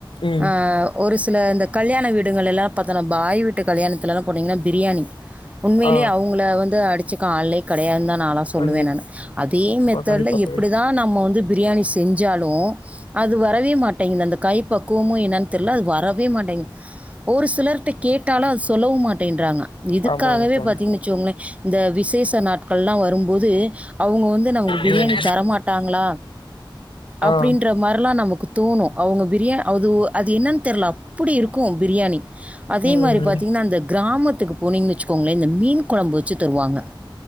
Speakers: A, on the left; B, on the right.
A: ம்
B: அ ஒரு சில இந்த கல்யாண வீடுகள் எல்லாம் பாத்தா பாய்விட்டு கல்யாணத்துலாம் போனீங்கன்னா பிரியாணி உண்மையிலயே
A: ஆ
B: அவங்கள வந்து அடிச்சுக்க ஆள்யே கிடையாதுன்தா நா எல்லா சொல்லுவேன்
A: கண்டிப்பா
B: நானு அதே மெத்தட்ல
A: கண்டிப்பா
B: எப்படிதான்
A: தோழி
B: நம்ம வந்து பிரியாணி செஞ்சாலும் அது வரவே மாட்டேங்குது அந்த கை பக்குவமும் என்னன்னு தெரியில அது வரவே மாட்டேங்குது ஒரு சிலர்கிட்ட கேட் கட்டாலும் அது சொல்லவும் மாட்டேன்றாங்க இதுக்காகவே
A: ஆமாங்க தோழி
B: பாத்தீங்கன்னு வச்சோங்களேன் இந்த விசேஷ நாட்கள்ல்லா வரும்போது அவங்க வந்து நமக்கு பிரியாணி
A: ம்
B: தரமாட்டாங்களா அப்படின்ற
A: ஆ
B: மாதிரல்லா நமக்கு தோணும் அவங்க பிரியா அது அது என்னன்னு தெரில அப்படி இருக்கும் பிரியாணி அதே
A: ம் ம்
B: மாரி இப்ப பார்த்தீங்கன்னா அந்த கிராமத்துக்கு போனீங்கன்னு வச்சுக்கோங்களேன் இந்த மீன் குழம்பு வச்சு தருவாங்க